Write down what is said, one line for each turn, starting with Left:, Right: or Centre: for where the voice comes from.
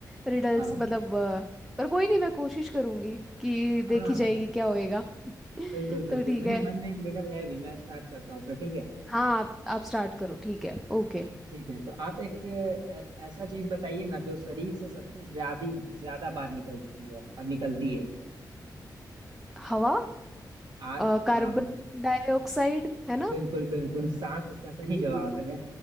Centre: रिडल्स
Right: हाँ
Centre: मतलब अ, पर कोई नहीं मैं कोशिश करूंगी कि देखी
Right: हाँ हाँ
Centre: जाएगी क्या होएगा <laughs>
Right: बिल्कुल बिल्कुल
Centre: तो ठीक
Right: मेरे
Centre: है
Right: मन में एक रिडल है भी मैं स्टार्ट करता हूँ फिर ठीक है
Centre: हाँ आप आप स्टार्ट करो ठीक है ओके
Right: ठीक है तो आप एक अ, ऐसा चीज बताइए ना जो शरीर से सबसे ज्यादा ज्यादा बार निकल चुकी है और निकलती है
Centre: हवा
Right: आ
Centre: अ, कार्बन
Right: हाँ
Centre: डाइऑक्साइड है ना
Right: बिल्कुल बिल्कुल सांस इसका सही
Centre: <laughs>
Right: जवाब है